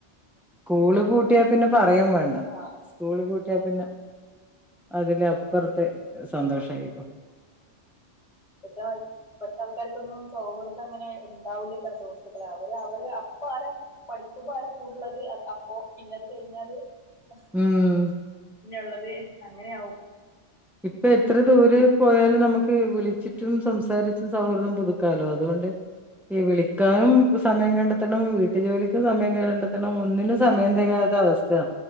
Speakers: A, in the centre; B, on the left.
A: സ്കൂള് പൂട്ടിയാൽ പിന്നെ പറയും വേണ്ട
B: ആ
A: സ്കൂള് പൂട്ടിയാൽ പിന്നെ അതിലാ പ്പുറത്ത് സന്തോഷമായിരിക്കും
B: ഇപ്പത്തെ ഇപ്പഴത്തെ ആൾക്കാർക്കൊന്നും സൗഹൃദം അങ്ങനെ ഉണ്ടാവൂല ഇ സുഹൃത്തുക്കളെ അവര് അവര് അപ്പ ആരാ പഠിക്കുമ്പോ ആരാ കൂടുള്ളത് അപ്പൊ പിന്നെ അത് കഴിഞ്ഞാല് ഹ്
A: ഉം
B: പിന്നെള്ളത് അങ്ങനെ ആവും
A: ഇപ്പൊ എത്ര ദൂര പോയാല് നമുക്ക് വിളിച്ചിട്ടും സംസാരിച്ചും സൗഹൃദം പുതുക്കാലോ അതുകൊണ്ട് വിളിക്കാനും സമയം കണ്ടെത്തണം വീട്ടു ജോലിക്കും സമയം കണ്ടെത്തണം ഒന്നിനും സമയം തികയാത്ത അവസ്ഥയ